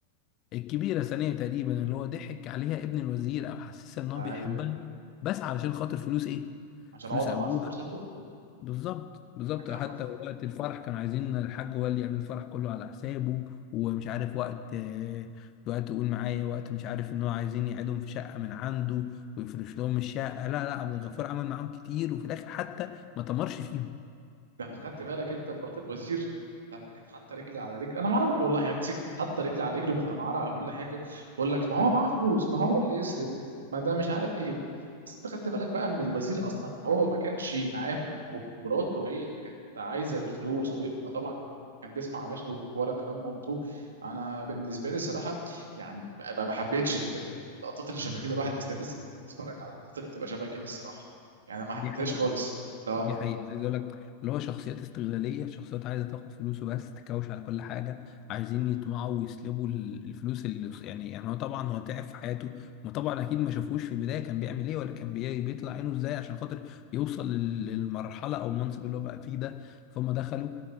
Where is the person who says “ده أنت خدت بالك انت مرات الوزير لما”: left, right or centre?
Right